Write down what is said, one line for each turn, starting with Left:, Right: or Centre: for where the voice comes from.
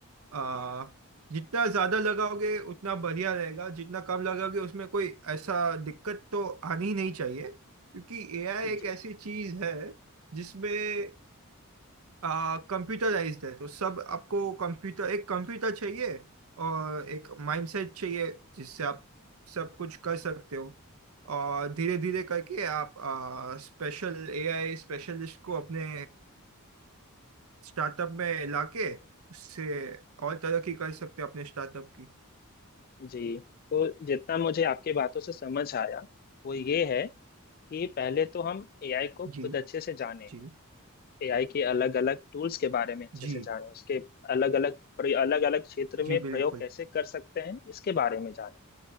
Right: आ, जितना ज्यादा लगाओगे उतना बढ़िया रहेगा जितना कम लगाओगे उसमें कोई ऐसा दिक्कत तो आनी ही नहीं चाहिए क्योंकि एआई एक
Left: जी
Right: ऐसी चीज है जिसमें कंप्यूटराइज्ड है तो सब आपको कंप्यूटर एक कंप्यूटर चाहिए और एक माइंडसेट चाहिए जिससे आप सब कुछ कर सकते हो और धीरे धीरे करके आप स्पेशल एआई स्पेशलिस्ट को अपने स्टार्टअप में लाके उससे और तरक्की कर सकते हो अपने स्टार्टअप की
Left: जी तो जितना मुझे आपकी बातों से समझ आया वो ये है कि पहले तो हम एआई को
Right: जी
Left: खुद अच्छे से जाने
Right: जी
Left: एआई के अलग अलग टूल्स के बारे में अच्छे
Right: जी
Left: से जाने उसके अलग अलग अलग अलग क्षेत्र
Right: जी
Left: में
Right: बिल्कुल
Left: प्रयोग कैसे कर सकते हैं इसके बारे में जाने